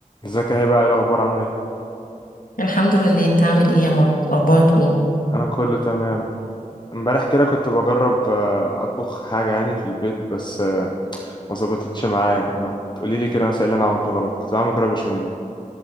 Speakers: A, on the left (about 35°); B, on the left (about 80°).
A: ازيك يا هبه ايه الاخبار عامله ايه
B: الحمد لله انت عامل ايه يا مارك اخبارك ايه
A: انا كله تمام امبارح كده كنت بجرب آه، اطبخ حاجه يعني في البيت بس آه، ما ظبطتش معايا ما تقولي لي كده مثلا إيه اللي انا عملته غلط كنت بعمل مكرونه بشاميل